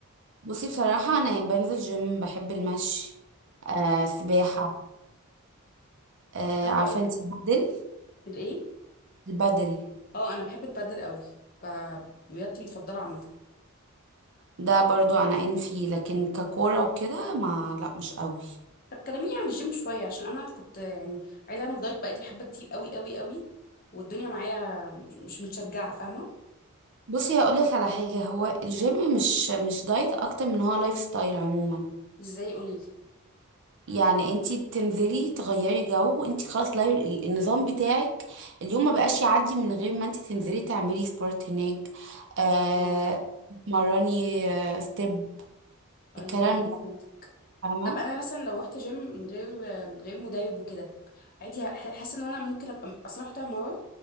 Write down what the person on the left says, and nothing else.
حلو
قوي
الايه
اه انا بحب البادل قوي ب- رياضتي المفضله عامه
طب كلميني عن الجيم شويه عشان انا كنت يعني عايزه اعمل دايت بقالي حبه كتير قوي قوي قوي والدنيا معايا مش متشجعه فاهمه
ازاي قولي لي
اه
ايوه
ايوه
فهمت
طب انا مثلا لو رحت جيم من غير من غير مدرب وكده عادي ح- حاسه ان انا ممكن ابقى اصلا رحتها مره